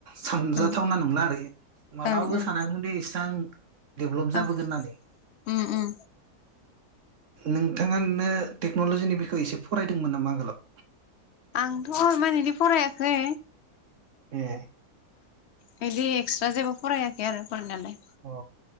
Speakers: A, on the right; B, on the left.
A: सानजाथावना
B: ओं
A: नंला आरो मालाबाबो
B: ओं ओं
A: थानांगौमोन दे इसां डेभेलप जाबोगोन
B: ओं
A: होननानै।
B: उम उम
A: नोंथाङा नो टेक्नलजिनि बिखय एसे फरायदोंमोन नामा आगोलाव।
B: आंथ इमान इदि फरायाखै
A: ए
B: बिदि एक्सट्रा जेबो फराय खै आरो फरायनायालाय
A: औ